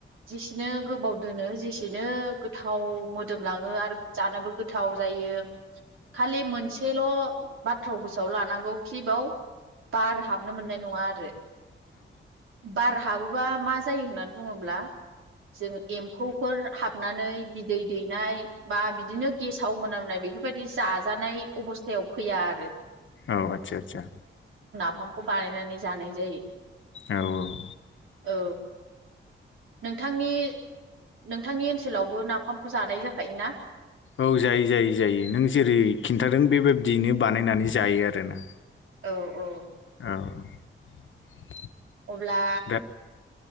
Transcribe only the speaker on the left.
औ आतसा आतसा
औ औ
औ जायो जायो जायो नों जेरै खिन्थादों बेबायदियैनो बानायनानै जायो आरो ना
औ
दा